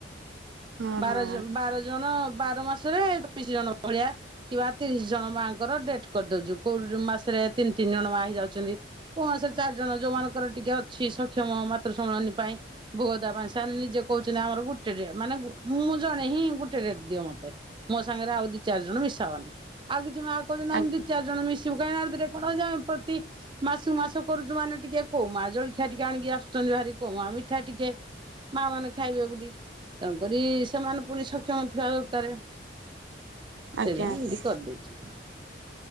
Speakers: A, on the right; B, on the right.
A: ହଁ
B: ବାର
A: ହଁ
B: ଜ ବାର ଜଣ। ବାର ମାସରେ ଦଶି ଜଣ ଭଳିଆ କିବା ତିରିଶ ଜଣ ମାଙ୍କର ଡେଟ କରିଦଉୁ କୋଉ ମାସରେ ତିନି ତିନି ଜଣ ମା ହେଇ ଯାଉଛନ୍ତି କୋଉ ମାସରେ ଚାରି ଜଣ ଯୋଉମାନଙ୍କର ଟିକେ ଅଛି ସକ୍ଷମ ମାତୃ ସମ୍ମିଳନୀ ପାଇଁ ଭୋଗ ଦେବା ପାଇଁ ସେମାନେ ନିଜେ କହୁଛନ୍ତି ଆମର ଗୋଟେ ଡ ମାନେ ମୁଁ ଜଣେ ହିଁ ଗୋଟେ ଡେଟ ଦିଅ ମତେ ମୋ ସାଙ୍ଗରେ ଆଉ ଦି ଚାରି ଜଣ ମିଶା ହାଉନି ଆଉ କିଛି କହୁଛନ୍ତି ଆମ
A: ଆଜ୍ଞା।
B: ଦି ଚାର ଜଣ ମିିବ କାଁ କଣା ପ୍ରତି ମାସୁ ମାସ କରୁଛୁ ମାନେ ଟିକେ କୋମା ଜଳଖିଆ ଟିକେ ଆଣିକି ଆସୁଛନ୍ତି ଭାରି କମା ମିଠା ଟିକେ ମା ମାନେ ଖାଇବେ ବୋଲି ତା କରି ସେମାନେ ପୁଣି ସକ୍ଷମ ଥିବା ଦରକାର
A: ଆଜ୍ଞା
B: ସେ ଏି
A: ଆଜ୍ଞା
B: କରିଦେଇଛି <inaudible>